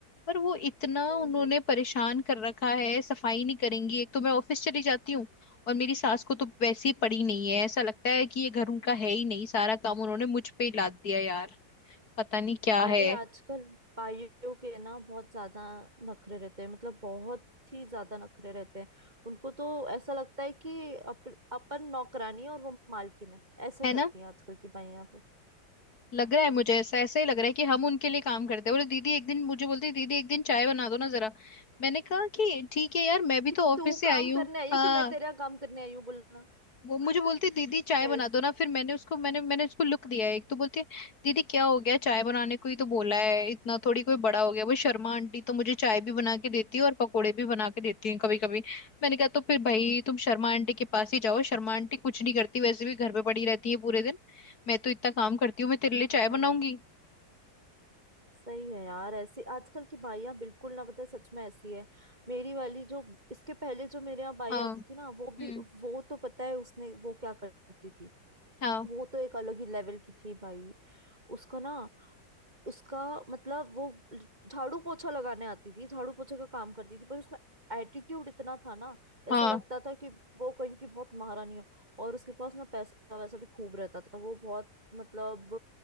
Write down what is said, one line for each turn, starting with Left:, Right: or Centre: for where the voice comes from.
Left: पर वो इतना
Right: हम्म
Left: उन्होंने
Right: हम्म
Left: परेशान कर रखा है सफाई नहीं करेंगी एक तो मैं ऑफिस चली जाती हूँ और मेरी सास को तो वैसे ही पड़ी नहीं है ऐसा लगता है कि ये घर उनका है ही नहीं सारा काम उन्होंने मुझ पे ही लाद दिया यार पता नहीं क्या
Right: अरे
Left: है
Right: आजकल भाइयों के ना बहुत ज्यादा नखरे रहते हैं मतलब बहुत ही ज्यादा नखरे रहते हैं उनको तो ऐसा लगता है कि अप, अपन नौकरानी है और वो मालकिन है ऐसे
Left: है
Right: करती
Left: ना
Right: हैं आजकल की भाइयां तो
Left: लग रहा है मुझे ऐसा ऐसा ही लग रहा है कि हम उनके लिए काम करते हैं बोले दीदी एक दिन मुझे बोलती दीदी एक दिन चाय बना दो ना जरा मैंने कहा कि ठीक है यार मैं भी
Right: कि
Left: तो ऑफिस
Right: तू
Left: से
Right: काम
Left: आई हूँ
Right: करने आई है
Left: हाँ
Right: कि मैं तेरा काम करने आई हूँ बोलना
Left: वो मुझे
Right: <laughs>
Left: बोलती दीदी चाय
Right: ऐसी
Left: बना दो ना फिर मैंने उसको मैंने मैंने उसको लुक दिया है एक तो बोलती है दीदी क्या हो गया चाय बनाने को ही तो बोला है इतना थोड़ी कोई बड़ा हो गया वो शर्मा आंटी तो मुझे चाय भी बना के देती है और पकोड़े भी बना के देती हैं कभी कभी मैंने कहा तो फिर भाई तुम शर्मा आंटी के पास ही जाओ शर्मा आंटी कुछ नहीं करती वैसे भी घर पे पड़ी रहती है पूरे दिन मैं तो इतना काम करती हूँ मैं तेरे
Right: हाँ
Left: लिए चाय बनाऊंगी
Right: सही है यार ऐसी आजकल की भाइयां बिल्कुल ना बताए सच में ऐसी है मेरी वाली जो इसके पहले जो मेरे यहाँ बाई
Left: हाँ
Right: आती थी ना वो
Left: हम्म
Right: भी वो तो पता है उसने वो क्या करती थी
Left: हाँ
Right: वो तो एक अलग ही लेवल की थी भाई उसको ना उसका मतलब वो झाड़ू पोछा लगाने आती थी झाड़ू पोछे का काम करती थी पर उसमें एटीट्यूड इतना था ना ऐसा
Left: हाँ
Right: लगता था कि वो कहीं की बहुत महारानी हो और उसके पास ना पैसा वैसा भी खूब रहता था वो बहुत मतलब